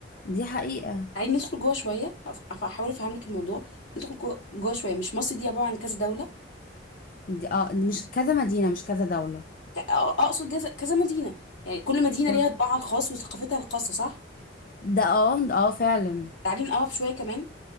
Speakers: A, on the left (about 45°); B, on the left (about 75°).
A: دي حقيقه
B: عايز ندخل جوه شويه هف- هف- هحاول افهم لك الموضوع ندخل جوه جوه شويه مش مصر دي عباره عن كذا دوله
A: دي اه دي مش كذا مدينه مش كذا دوله
B: ت- أ- اقصد جز- كذا مدينه يعني كل مدينه
A: طب.
B: ليها طباعها الخاص وثقافتها الخاصه صح
A: ده اه ده اه فعلا
B: تعالي نقرب شويه كمان